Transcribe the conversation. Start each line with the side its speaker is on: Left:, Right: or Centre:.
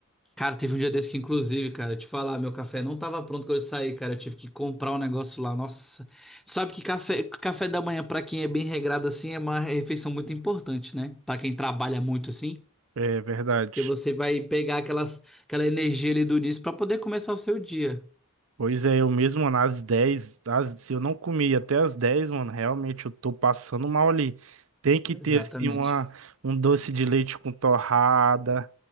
Centre: Cara, teve um dia desse que, inclusive, cara, eu te falar, meu café não tava pronto quando eu saí, cara. Eu tive que comprar um negócio lá. Nossa, sabe que café, café da manhã, pra quem é bem regrado assim, é uma refeição muito importante, né? Pra quem trabalha muito assim,
Right: É verdade.
Centre: porque você vai pegar aquelas, aquela energia ali do início pra poder começar o seu dia.
Right: Pois é, eu mesmo, mano, às 10, às, se eu não comi até às 10, mano, realmente eu tô passando mal ali. Tem que
Centre: Exatamente.
Right: ter assim, uma, um doce de leite com torrada,